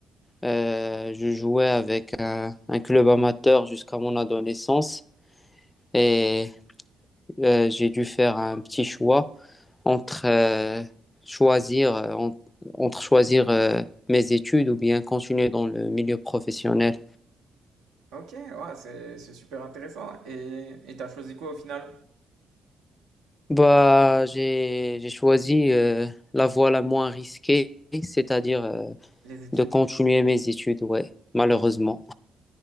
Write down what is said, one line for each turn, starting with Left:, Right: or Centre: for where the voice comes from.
Left: Euh, je jouais avec un, un club amateur jusqu'à mon adolescence et euh, j'ai dû faire un petit choix entre euh, choisir, euh, en- entre choisir euh, mes études ou bien continuer dans le milieu professionnel.
Right: Ok, ouais, c'est c'est super intéressant. Et et t'as choisi quoi au final?
Left: Bah, j'ai, j'ai choisi euh, la voie la moins risquée, c'est-à-dire euh,
Right: Les études.
Left: de continuer mes études, ouais, malheureusement.